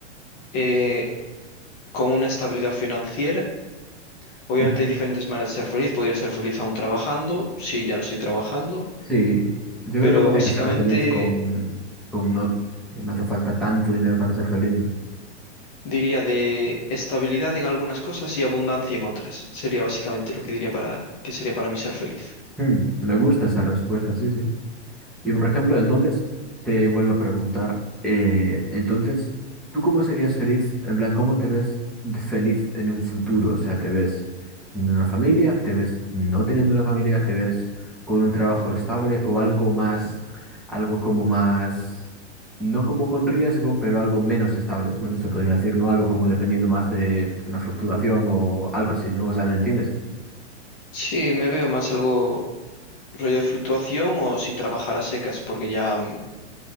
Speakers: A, on the left (about 35°); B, in the centre.
A: eh, con una estabilidad financiera. Obviamente
B: sí.
A: hay diferentes maneras de ser feliz, podría ser feliz aún trabajando, si ya no estoy trabajando,
B: Sí, yo
A: pero
B: creo que podría
A: básicamente
B: ser feliz con, con no, no hace falta tanto dinero para ser feliz, ¿no?
A: diría de estabilidad en algunas cosas y abundancia en otras. Sería básicamente lo que diría para, que sería para mí ser feliz.
B: Hmm, me gusta esa respuesta, sí, sí. Y por ejemplo, entonces te vuelvo a preguntar, eh, entonces, ¿tú cómo serías feliz? En plan, ¿cómo te ves de feliz en un futuro? O sea, ¿te ves teniendo una familia? ¿Te ves no teniendo una familia? ¿Te ves con un trabajo estable o algo más, algo como más, no como con riesgo, pero algo menos estable? Bueno, se podría decir, ¿no? Algo como dependiendo más de una fluctuación o algo así, ¿no? O sea, ¿me entiendes?
A: Sí, me veo más algo rollo de fluctuación o sin trabajar a secas, porque ya, mm,